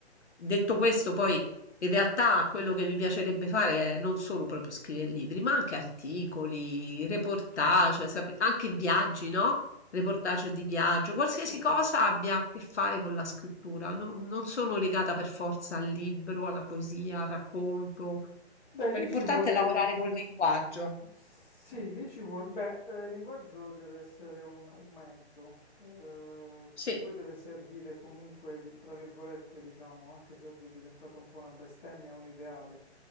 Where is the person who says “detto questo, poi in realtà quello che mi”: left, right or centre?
Left